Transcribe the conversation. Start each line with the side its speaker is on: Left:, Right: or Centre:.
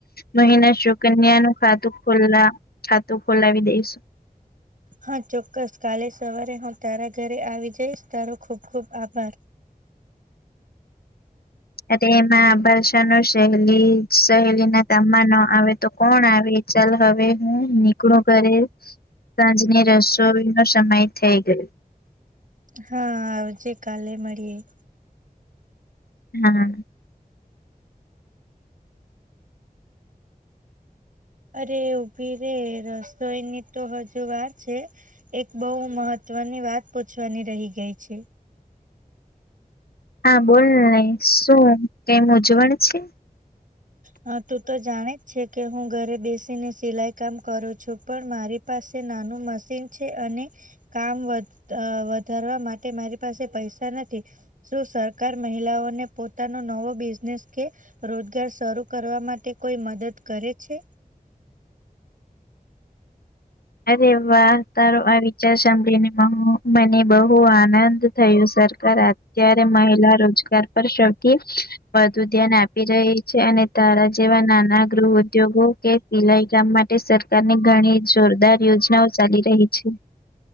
Left: મહિના શું કન્યા નું ખાતું ખોલા ખાતું ખોલાવી દઈશું.
Right: હા ચોક્કસ કાલે સવારે હું તારા ઘરે આવી જઈશ તારો ખુબ ખુબ આભાર.
Left: <inaudible> અરે એમાં ભાષા ન સહેલી <unintelligible> આવે તો કોણ આવે ચાલો હવે હું નીકળું ઘરે. સાંજની રસોઈ નો સમય થઈ ગયો.
Right: હા આવજે કાલે મળીએે.
Left: હા.
Right: અરે ઊભી રે રસોઈ ની તો હજુ વાર છે. એક બહુ મહત્વની વાત પૂછવાની રહી ગઈ છે.
Left: હા બોલ ને શું કઈ મુંજવણ છે.
Right: હા. તું તો જાણે જ છે કે હું ઘરે બેસીને સિલાઈ કામ કરું છું. પણ મારી પાસે નાનું મશીન છે અને કામ વધારવા માટે મારી પાસે પૈસા નથી. શું સરકાર મહિલાઓને પોતાનો નવો બિઝનેસ કે રોજગાર શરૂ કરવા માટે કોઈ મદદ કરે છે?
Left: અરે વાહ તારો આ વિચાર સાંભળીને મને બહુ આનંદ થયું સરકાર અત્યારે મહિલા રોજગાર પર સૌથી વધુ ધ્યાન આપી રહી છે અને તારા જેવા નાના ગૃહ ઉદ્યોગો કે સિલાઈ કામ માટે સરકાર ની ઘણી જોરદાર યોજનાઓ ચાલી રહી છે.